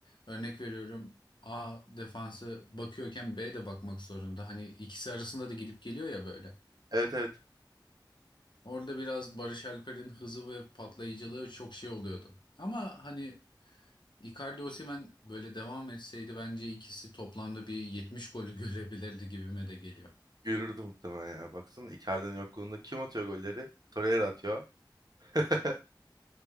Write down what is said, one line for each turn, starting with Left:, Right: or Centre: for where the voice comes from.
Left: örnek veriyorum A defansı bakıyorken B de bakmak zorunda. Hani ikisi arasında da gidip geliyor ya böyle.
Right: Evet evet.
Left: Orada biraz Barış Alper'in hızı ve patlayıcılığı çok şey oluyordu. Ama hani Icardi Osimhen böyle devam etseydi bence ikisi toplamda bir 70 golü <laughs> görebilirdi gibime de geliyor.
Right: Görürdü muhtemelen ya. Baksana Icardi'nin yokluğunda kim atıyor golleri? Torreira atıyor. <laughs>